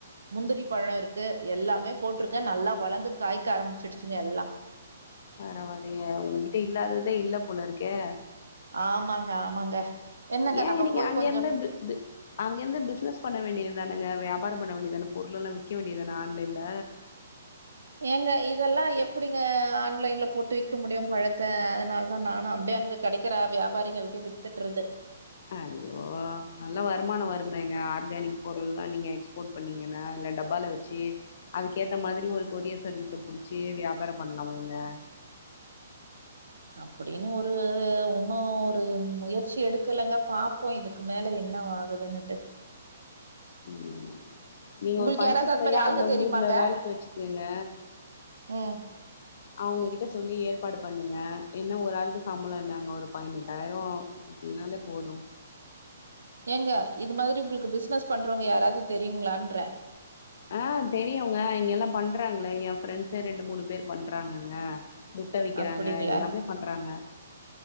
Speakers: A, on the right; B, on the left.
A: முந்திரிப்பழம் இருக்கு எல்லாமே போட்டிருக்கேன் நல்லா வளந்து காய்க்க ஆரம்பிச்சடுச்சுங்க எல்லா
B: பரவாயில்லயே உங்ககிட்ட இல்லாததே இல்ல போலிருக்கே
A: ஆமாங்க ஆமாங்க என்னங்க
B: ஏங்க
A: நம்ம
B: நீங்க
A: போய்
B: அங்கேருந்து
A: கொஞ்சோ
B: பி பி அங்கேருந்து பிசினஸ் பண்ண வேண்டியதுதானங்க வியாபாரம் பண்ண வேண்டிதானே பொருளெல்லாம் விக்க வேண்டியதுதானே ஆன்லைன்ல
A: ஏங்க இதெல்லாம் எப்டிங்க ஆன்லைன்ல போட்டு விக்க முடியும் பழத்த அதனால்தான் நானும் அப்டே அங்கு கெடைக்கிற வியாபாரிகளுக்கே வித்துடுறது
B: ஐய்யோ நல்லா வருமானோ வருமேங்க ஆர்கானிக் பொருள்லா நீங்க எக்ஸ்போர்ட் பண்ணீங்கன்னா டப்பால வெச்சி அதுக்கேத்த மாதிரி ஒரு கொரியர் சர்வீஸ புடிச்சி வியாபாரம் பண்ணலாமேங்க
A: அப்படின்னு ஒரு ஒன்னு ஒரு முயற்சி எடுக்கலங்க பாப்போ இதுக்கு மேல என்ன வா அங்க நின்னுட்டு
B: ம் நீங்க
A: உங்களுக்கு
B: ஒரு படிச்ச
A: யாராவது
B: பிள்ளையா
A: அது மாரி ஆளுங்க
B: அங்க
A: தெரியுமாங்க?
B: ஊர்ல வேலைக்கு வச்சுக்குங்க
A: ம்
B: அவங்ககிட்ட சொல்லி ஏற்பாடு பண்ணுங்க என்ன ஒரு ஆளுக்கு சம்பளோ என்னாங்க ஒரு பதினெட்டாயிரோ குடுத்தீங்கனாலே போது
A: ஏங்க இது மாதிரி உங்களுக்கு பிஸ்னஸ் பண்றவங்க யாராவது தெரியுங்ளான்றே
B: ஆ தெரியுங்க இங்க எல்லா பண்றாங்கலே ஏ ஃப்ரெண்ட்ஸ்சே ரெண்டு மூணு பேர் பண்றாங்கங்க முட்ட விக்கறாங்க
A: அப்படிங்களா?
B: எல்லாமே பண்றாங்க